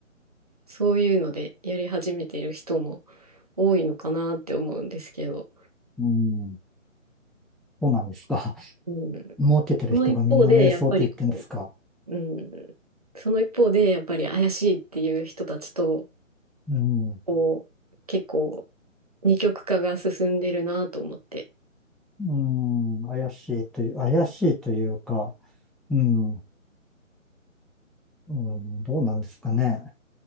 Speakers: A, on the right; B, in the centre.
A: そういうのでやり始めてる人も多いのかなって思うんですけど、
B: うん。そうなんですか。
A: うん、
B: 儲けてる人がみんな瞑想って言ってんですか。
A: その一方でやっぱりこう、うん、その一方でやっぱり怪しいっていう人たちと
B: うん。
A: こう結構二極化が進んでるなと思って、
B: うん。怪しいという、怪しいというか、うん。うん。どうなんですかね。